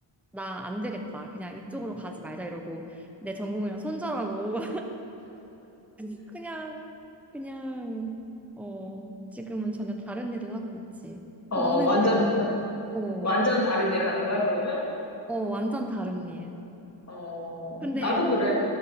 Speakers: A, in the centre; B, on the left.
A: 나 안 되겠다. 그냥 이쪽으로 가지 말자 이러고 내 전공이랑 손절하고 <laughs> 그냥 그냥 어, 지금은 전혀 다른 일을 하고 있지.
B: 어,
A: 너는
B: 완전,
A: 그, 어,
B: 완전 다른 일을 하는 거야, 그러면?
A: 어, 완전 다른 일.
B: 어,
A: 근데
B: 나도 그래.